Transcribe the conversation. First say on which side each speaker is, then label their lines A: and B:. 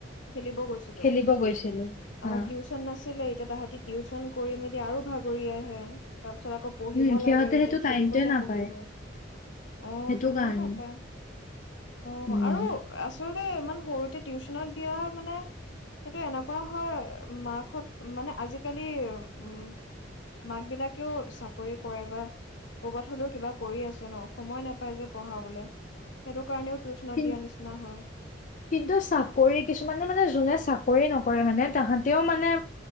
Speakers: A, on the left; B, on the left.
A: খেলিব গৈছি ছিলো
B: খেলিব গৈছিলো
A: আমাৰ
B: হা
A: টিউচন নাছিলে এতিয়া তাহাতি টিউচন কৰি মেলি আৰু ভাগৰি আহে। তাৰ পিছত আকৌ পঢ়িব
B: উম সিহঁতে
A: লাগে, এতিয়া
B: সেইটো
A: খেলিবই
B: টাইমটোৱে
A: নে
B: নাপায়
A: পঢ়িবই আহ'
B: সেইটো
A: সময়ো
B: কাৰণে
A: নাপায়। অ'
B: উম
A: আৰু আচলতে ইমান সৰুতে টিউচনত দিয়া মানে সেইটো এনেকুৱা হয়, মাকহঁত মানে আজিকালি--উম! মাক বিলাকেও চাকৰি কৰে বা ক'ৰবাত হ'লেও কিবা কৰি আছে ন সময় নাপাই যে পঢ়াবলে। সেইটো কাৰণেও টিউচনত
B: কিন
A: দিয়া নিচিনা হয়।
B: কিন্তু চাকৰি কিছুমানে মানে যোনে চাকৰি নকৰে মানে তাহাঁতেও মানে